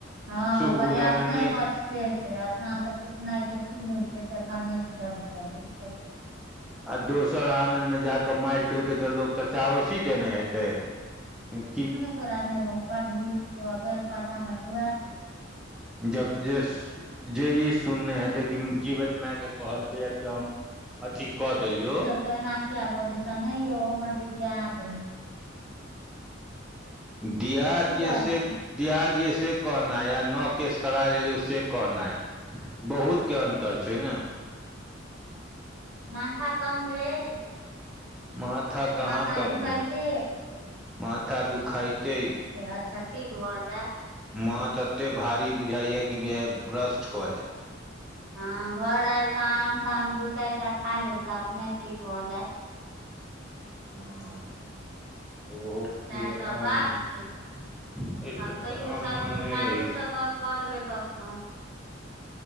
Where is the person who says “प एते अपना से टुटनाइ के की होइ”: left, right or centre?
Right